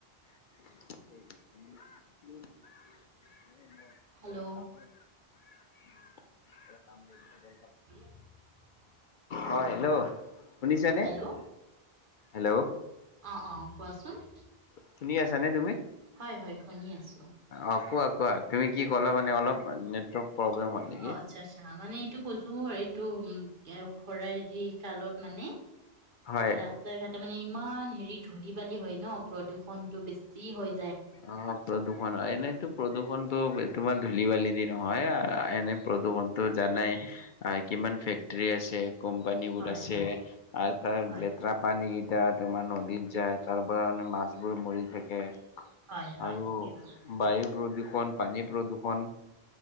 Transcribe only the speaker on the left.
<unintelligible> <unintelligible>
<unintelligible>
হয়। হেল্ল'? শুনিছানে?
হেল্ল'!
শুনি আছানে তুমি?
অ' কোৱা কোৱা তুমি কি ক'লে মানে অলপ মানে নেটৱৰ্ক প্ৰব্লেম হ'ল নেকি?
হয়
অ' প্ৰদূষণ, এনেইতো প্ৰদূষণতটো তোমাৰ ধূলি বালি নহয়। এনে প্ৰদূষণটো জানাই কিমান ফেক্টৰী আছে। কোম্পানী বোৰ
আছে
আৰু তাৰ
লেতেৰা পানী এতিয়া তোমাৰ নদীত যায় তাৰ পৰা মে মাছবোৰ মৰি থাকে।
আৰু
বায়ু প্ৰদূষণ। পানী প্ৰদূৰ্ষণ